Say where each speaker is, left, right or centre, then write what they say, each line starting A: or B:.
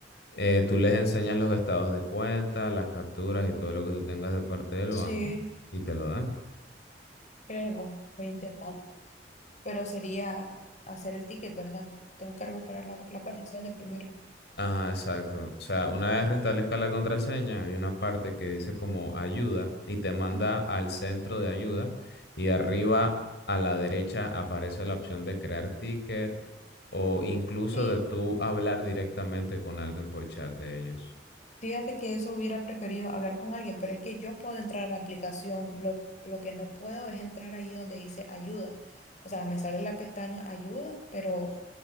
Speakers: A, on the left; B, on the left.
A: eh, tú les enseñas los estados de cuenta, las capturas y todo lo que tú tengas de parte del
B: sí,
A: banco y te lo dan.
B: creo, voy a intentar. Pero sería hacer el ticket, ¿verdad? Tengo que recuperar la, la contraseña primero.
A: Ah, exacto. O sea, una vez restablezca la contraseña, hay una parte que dice como ayuda y te manda
B: Ujú.
A: al centro de ayuda y arriba a la derecha aparece la opción de crear ticket o incluso
B: Sí.
A: de tú hablar directamente con alguien por chat de ellos.
B: Fíjate que eso hubiera preferido hablar con alguien, pero es que yo puedo entrar a la aplicación. Lo, lo que no puedo es entrar ahí donde dice ayuda. O sea, me sale la pestaña ayuda, pero